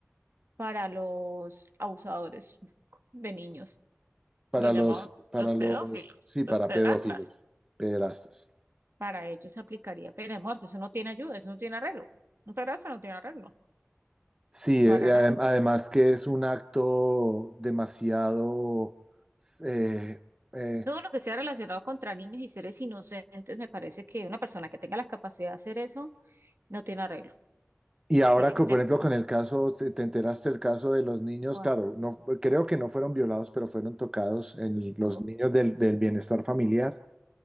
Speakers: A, on the right; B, on the right.
A: para los abusadores de niños,
B: Para
A: los
B: los,
A: llamamos
B: para
A: los
B: los,
A: pedófilos,
B: sí, para
A: los pedrastras
B: pedófilos, pederastas.
A: para ellos se aplicaría pena de muerte. Eso no tiene ayuda, eso no tiene arreglo. Un pedazo no tiene arreglo,
B: Sí,
A: para
B: eh, eh,
A: nada.
B: adem- además que es un acto demasiado... eh, eh,
A: Todo lo que sea relacionado contra niños y seres inocentes, me parece que una persona que tenga la capacidad de hacer eso no tiene arreglo.
B: y ahora,
A: Tiene
B: que,
A: que tener.
B: por ejemplo, con el caso, te, te enteraste del caso de los niños,
A: bueno,
B: claro, no, creo que no fueron violados, pero fueron tocados en los
A: en Bo-
B: niños del, del bienestar familiar.